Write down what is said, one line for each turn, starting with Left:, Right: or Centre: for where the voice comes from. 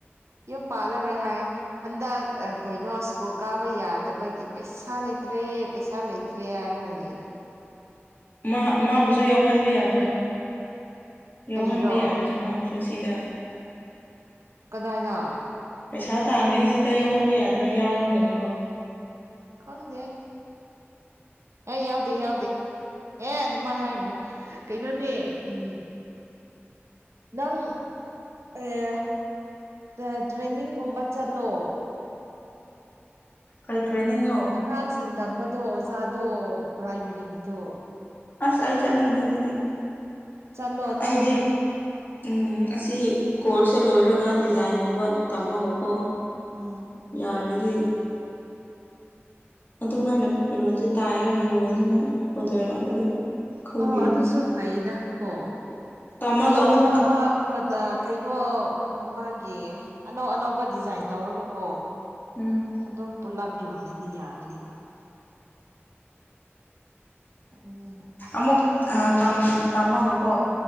Right: ꯌꯨꯝ ꯄꯥꯜꯂꯔꯣꯏ ꯍꯥꯏꯌꯦ ꯍꯟꯗꯛ ꯑ ꯀꯩꯅꯣ ꯀꯨꯜ ꯀꯥꯕ ꯌꯥꯗꯕꯒꯤ ꯄꯩꯁꯥ ꯂꯩꯇ꯭ꯔꯦ ꯄꯩꯁꯥ ꯂꯩꯇ꯭ꯔꯦ ꯍꯥꯏꯔꯒ ꯂꯩ
Left: ꯃꯥ-ꯃꯥꯕꯨꯁꯨ ꯌꯥꯎꯍꯟꯕ ꯌꯥꯗ꯭ꯔꯥ ꯌꯥꯎꯍꯟꯕ
Right: ꯀꯔꯤꯔꯣ
Left: ꯌꯥꯗ꯭ꯔꯥ ꯃꯥꯕꯨꯁꯨ ꯇꯨ ꯁꯤꯗ
Right: ꯀꯗꯥꯏꯗꯥ
Left: ꯄꯩꯁꯥ ꯇꯥꯥꯟꯕꯩꯁꯤꯗ ꯌꯥꯎꯍꯟꯕ ꯌꯥꯗ꯭ꯔꯥ ꯌꯥꯎꯔꯝꯒꯅꯤꯀꯣ
Right: ꯈꯪꯗꯦ ꯑꯩ ꯌꯥꯎꯗꯦ-ꯌꯥꯎꯗꯦ ꯑꯦ ꯑꯗꯨꯃꯥꯏ ꯍꯥꯏꯒꯅꯨ ꯀꯩꯅꯣꯅꯦ ꯎꯝ- ꯅꯪ ꯑꯦ ꯇ-ꯇ꯭ꯔꯦꯅꯤꯡꯒꯨꯝꯕ ꯆꯠꯂꯣ
Left: ꯀꯩ ꯇ꯭ꯔꯦꯅꯤꯡꯅꯣ?
Right: ꯉꯥꯡꯁꯤꯡ ꯇꯝꯕꯗꯣ ꯑꯣꯖꯥꯗꯣ ꯄ꯭ꯔꯥꯏꯃꯔꯤꯒꯤꯗꯣ
Left: ꯑꯁ ꯑꯩ ꯆꯠꯅꯤꯡꯗꯦ ꯑꯗꯨꯗꯤ
Right: ꯆꯠꯂꯣ ꯅꯪ
Left: ꯑꯩꯗꯤ- ꯎꯝ- ꯑꯁꯤ ꯀꯣꯔꯁꯁꯦ ꯂꯣꯏꯔꯒ ꯗꯤꯖꯥꯏꯟꯒꯨꯝꯕ ꯇꯝꯃꯒꯀꯣ
Right: ꯎꯝ
Left: <inaudible> ꯌꯥꯔꯗꯤ ꯑꯗꯨꯃꯥꯏꯅ ꯐꯤꯔꯣꯜꯁꯦ ꯇꯥꯏꯔꯒ ꯌꯣꯟꯅꯤꯉꯥꯏ ꯑꯣꯗꯔ ꯂꯥꯛꯑꯗꯤ ꯈꯜꯂꯤꯕꯅꯤ
Right: ꯎꯝ ꯑꯗꯨꯁꯨ ꯐꯩꯗ ꯀꯣ
Left: ꯇꯝꯃꯒ
Right: ꯑꯅꯧ
Left: ꯑꯃꯨꯛ
Right: ꯑꯅꯧꯕ ꯃꯗꯥ ꯀꯩꯅꯣ ꯃꯥꯒꯤ ꯑꯅꯧ ꯑꯅꯧꯕ ꯗꯤꯖꯥꯏꯟ ꯇꯧꯔꯒꯀꯣ
Left: ꯎꯝ
Right: ꯑꯗꯨꯝ ꯄꯨꯂꯞ ꯌꯣꯍꯜꯂꯗꯤ ꯌꯥꯒꯅꯦꯕ <unintelligible>
Left: ꯑꯃꯨꯛ ꯑ ꯇꯝ ꯇꯝꯃꯒꯀꯣ